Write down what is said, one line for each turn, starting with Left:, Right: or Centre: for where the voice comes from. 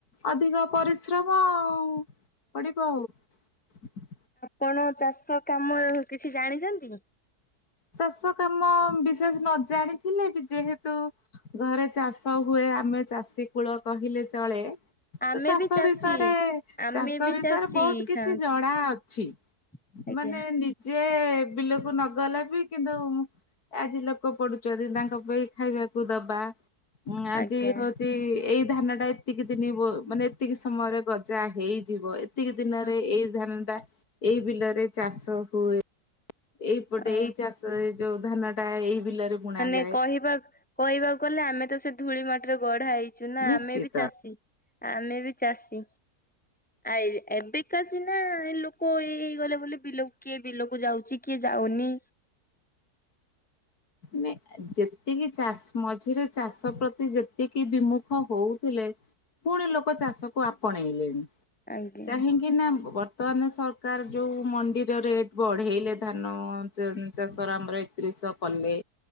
Left: ଅଧିକ ପରିଶ୍ରମ ଆଉ। ପଡିବ ଆଉ।
Centre: କଣ ଚାଷ କାମ କିଛି ଜାଣିଛନ୍ତି?
Left: ଚାଷ କାମ ବିଶେଷ ନ ଜାଣିଥିଲେ ବି ଯେହେତୁ ଘରେ ଚାଷ ହୁଏ ଆମେ ଚାଷୀ କୂଳ କହିଲେ ଚଳେ। ତ
Centre: ଆମେ
Left: ଚାଷ
Centre: ବି ଚାଷୀ
Left: ବିଷୟରେ
Centre: ଆମେ
Left: ଚାଷ
Centre: ବି
Left: ବିଷୟରେ
Centre: ଚାଷୀ
Left: ବହୁତ କିଛି
Centre: ହଁ
Left: ଜଣା ଅଛି।
Centre: ଆଜ୍ଞା
Left: ମାନେ ନିଜେ ବିଲକୁ ନ ଗଲେ ବି କିନ୍ତୁ ଆଜି ଲୋକ ପଡୁଛନ୍ତି ତାଙ୍କ ପାଇଁ ଖାଇବାକୁ ଦବା ଉଁ ଆଜି
Centre: ଆଜ୍ଞା
Left: ହଉଛି ଏଇ ଧାନ ଟା ଏତିକି ଦିନ ମାନେ ଏତିକି ସମୟରେ ଗଜା ହେଇଯିବ ଏତିକି ଦିନରେ
Centre: ଆଜ୍ଞା
Left: ଏଇ ଧାନଟା ଏଇ ବିଲରେ ଚାଷ ହୁଏ ଏଇପଟେ
Centre: ଅ
Left: ଏଇ ଚାଷ ଯୋଉ ଧାନଟା ଏଇ ବିଲରେ ବୁଣା
Centre: ମାନେ
Left: ଯାଏ।
Centre: କହିବା କହିବାକୁ ଗଲେ ଆମେ ତ ସେ ଧୂଳି ମାଟିରେ ଗଢା ହେଇଛୁ ନା
Left: ନିଶ୍ଚିତ
Centre: ଆମେ ବି ଚାଷୀ ଆମେ ବି ଚାଷୀ। ଆ ଏବେ କା ସିନା ଲୋକ ଏଇ ହେଇ ଗଲେ ଵିଲ ବିଲକୁ କିଏ ବିଲକୁ ଯାଉଛି କିଏ ଯାଉନି
Left: ମ ଯେତିକି ଚାଷ ମଝିରେ ଚାଷ ପ୍ରତି ଯେତିକି ବିମୁଖ ହଉଥିଲେ ପୁଣି ଲୋକ ଚାଷକୁ ଆପଣେଇଲେଣି।
Centre: ଆଜ୍ଞା
Left: କାହିଁକି ନା ବ ତମାନ୍ ସରକାର ଯୋଉ ମଣ୍ଡିର ରେଟ୍ ବଢେଇଲେ ଧାନ ଚାଷର ଆମର ଏକତିରିଶ ଚାଷ କଲେ